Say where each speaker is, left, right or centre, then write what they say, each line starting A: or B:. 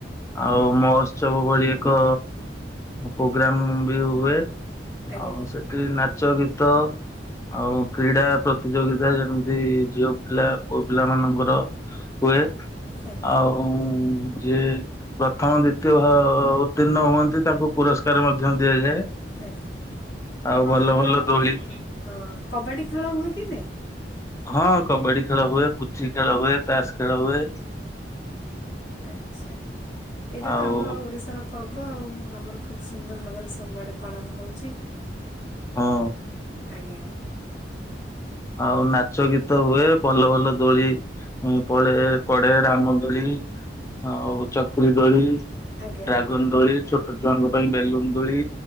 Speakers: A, on the left; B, on the left.
A: ଆଉ
B: ଆଜ୍ଞା।
A: ମହୋତ୍ସବ ଭଳି ଏକ ପ୍ରୋଗ୍ରାମ ବି ହୁଏ।
B: ଆଜ୍ଞା
A: ଆଉ ସେଥରେ ନା ଚ ଗୀତ ଆଉ କ୍ରିଡା ପ୍ରତିଯୋଗିତା ଯେମିତି ଝିଅ ପିଲା ପୁଅ ପିଲା ମାନଙ୍କର ହୁଏ।
B: ଆଜ୍ଞା
A: ଆଉ ଯିଏ ପ୍ରଥମ ଦ୍ଵିତୀୟ ଉତ୍ତୀର୍ଣ୍ଣ ହୁଅନ୍ତି ତାଙ୍କୁ ପୁରସ୍କାର ମଧ୍ୟ ଦିଆଯାଏ।
B: ଆଜ୍ଞା
A: ଆଉ
B: ଆପଣମାନଙ୍କର
A: ଭଲ ଭଲ ଦୋଳି
B: ହଁ କବାଡି ଖେଳ ହୁଏ କି ନାଇ!
A: ହଁ କବାଡି ଖେଳ ହୁଏ ପୁଚି ଖେଳ ହୁଏ ଚାସ ଖେଳ ହୁଏ।
B: ଆଛା। ଏଇଟା
A: ଆଉ
B: ତ ଆମର ଓଡିଶାର ପରମ୍ ହେବ ଆଉ ଆମର ଖୁବ୍ ସୁନ୍ଦର ଭାବରେ ସବୁଆଡ଼େ ପାଳନ ହୋଉଚି।
A: ହଁ।
B: ଆଜ୍ଞା
A: ଆଉ ନାଚ ଗୀତ ହୁଏ ଭଲ ଭଲ ଦୋଳି ପଳେ ପଡେ ରାମ ଦୋଳି ଆଉ ଚକରି ଦୋଳି
B: ଆଜ୍ଞା
A: ଡ୍ରାଗନ ଗଳି ଛୋଟ ଛୁଆଙ୍କ ପାଇଁ ବେଲୁନ୍ଦୁଳି